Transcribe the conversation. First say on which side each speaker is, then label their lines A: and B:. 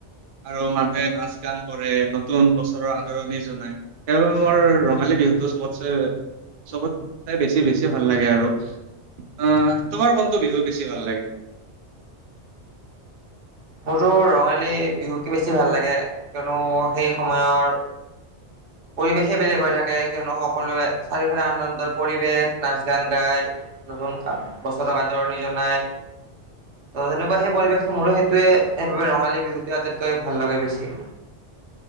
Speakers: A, on the right (about 55°); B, on the right (about 75°).
A: আৰু মানুহে নাচ- গান কৰে নতুন বছৰৰ আদৰণি জনায়। সেইবাবে মোৰ ৰঙালী বিহুতো চবতচে চবত কে বেছি। বেছি ভাল লাগে আৰু অ', তোমাৰ কোনটো বিহু বেছি ভাল লাগে।
B: মোৰতো ৰঙালী বিহুকে বেছি ভাল লাগে কিয়নো সেই সময়ৰ পৰিৱেশে বেলেগ হৈ থাকে কিয়নো সকলোৱে চাৰিওফালে আনন্দত পৰিৱেশ নাচ -গান গাই নতুন বছৰক আদৰণি জনাই। ত' তেনেকুৱা সেই পৰিৱেশটো মোৰো সেইটোৱে সেইবাবে ৰঙালী বিহুটোৱে আটাইতকৈ ভাল লাগে বেছি।